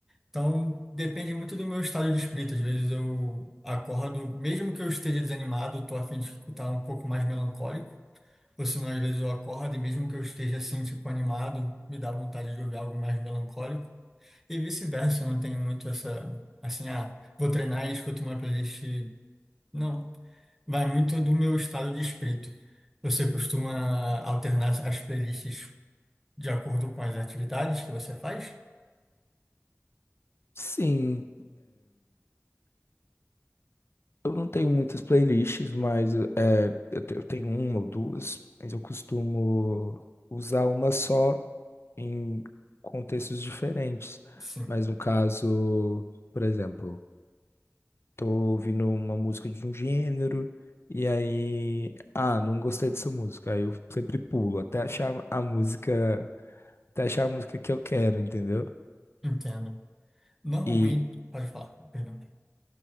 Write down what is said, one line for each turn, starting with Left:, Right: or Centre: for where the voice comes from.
Centre: Então, depende muito do meu estado de espírito. Às vezes eu acordo, mesmo que eu esteja desanimado, tô a fim de escutar um pouco mais melancólico. Ou senão, às vezes eu acordo e mesmo que eu esteja assim, tipo, animado, me dá vontade de ouvir algo mais melancólico. E vice-versa, eu não tenho muito essa, assim, ah, vou treinar e escuto uma playlist. Não. Vai muito do meu estado de espírito. Você costuma alternar as playlists de acordo com as atividades que você faz?
Left: Sim, eu não tenho muitas playlists, mas é, eu, te- eu tenho uma ou duas, mas eu costumo usar uma só em contextos diferentes.
Centre: Sim,
Left: Mas no caso, por exemplo Tô ouvindo uma música de um gênero, e aí, ah, não gostei dessa música. Aí eu sempre pulo até achar a música, até achar a música que eu quero, entendeu?
Centre: entendo. Normalmente,
Left: E,
Centre: pode falar, perdão.